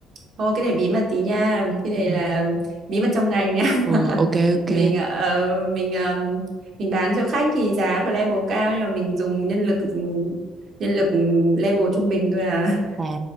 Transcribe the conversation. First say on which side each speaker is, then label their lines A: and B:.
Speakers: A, on the right (about 60°); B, on the right (about 35°).
A: thôi cái này bí mật tí nha,
B: Ừ.
A: cái này
B: ừ.
A: là bí mật trong ngành nha. <laughs>
B: Ừ, ok ok.
A: Mình ờ, ờ, mình ờ, mình bán cho khách thì giá của level cao nhưng mà mình dùng nhân lực nhân lực level trung bình thôi à.
B: À,